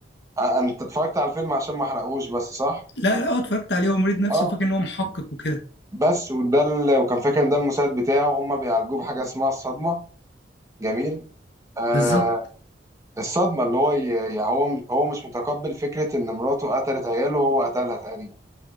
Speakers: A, on the right; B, on the left.
A: ع- انت اتفرجت على الفيلم عشان ما احرقهوش بس صح
B: لا لا هو اتفرجت عليه هو مريض نفسي
A: اه
B: وفاكر ان هو محقق وكده
A: بس وده ال... وكان فاكر ان ده المساعد بتاعه وهم بيعالجوه بحاجه اسمها الصدمه جميل آه
B: بالظبط
A: الصدمه اللي هو ي... يعني هو هو مش متقبل فكره ان مراته قتلت عياله وهو قتلها تقريبا